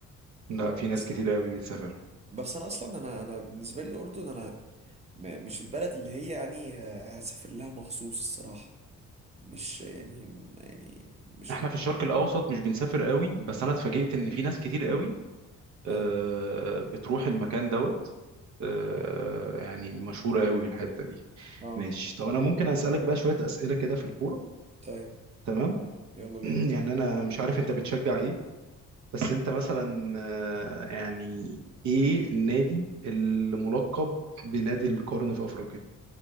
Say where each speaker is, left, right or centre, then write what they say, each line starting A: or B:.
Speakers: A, on the right; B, on the right.
A: لا في ناس
B: بس
A: كتير
B: انا
A: قوي بتسافر
B: بس انا اصلا انا انا بالنسبة لي الاردن انا م- مش البلد اللي هي يعني آه، هسافر لها مخصوص الصراحة مش يعني يعني مش
A: احنا في الشرق الاوسط مش بنسافر قوي بس انا اتفاجئت ان في ناس كتير قوي أه
B: اه
A: بتروح المكان دوت آه، يعني مشهورة قوي الحتة دي
B: اه
A: ماشي طب انا ممكن اسألك بقى شوية أسئلة كده في الكورة
B: طيب
A: تمام
B: يلا بينا
A: <clears throat> يعني انا مش عارف انت بتشجع ايه بس انت مثلا آه، يعني ايه النادي الملقب بنادي القرن في افريقيا